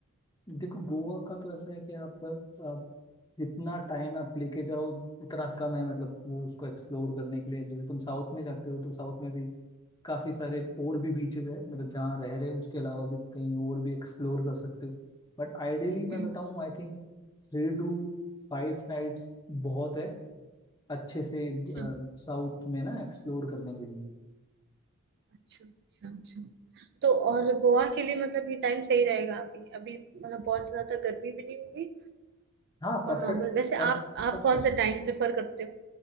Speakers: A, on the left (about 20°); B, on the right (about 50°).
A: देखो गोवा का तो ऐसा है कि आप, आप जितना टाइम आप लेके जाओ उतना कम है मतलब वो उसको एक्सप्लोर करने के लिए अब जैसे तुम साउथ में जाते हो तो साउथ में भी काफी सारे और भी बीचेस है मतलब जहाँ रह रहे हो उसके अलावा भी कहीं और भी एक्सप्लोर कर सकते हो बट आइडियली मैं
B: हम्म
A: बताऊं I think three to five nights बहुत है अच्छे से
B: हम्म,
A: साउथ में ना एक्सप्लोर करने के लिए
B: अच्छा अच्छा अच्छा अच्छा तो और गोवा के लिए मतलब ये टाइम सही रहेगा अभी अभी मतलब बहुत ज्यादा गर्मी भी नहीं होगी
A: हाँ
B: और
A: परफेक्ट
B: नॉर्मल वैसे
A: परफ
B: आप
A: परफेक्ट
B: आप कौन सा टाइम प्रेफर करते हो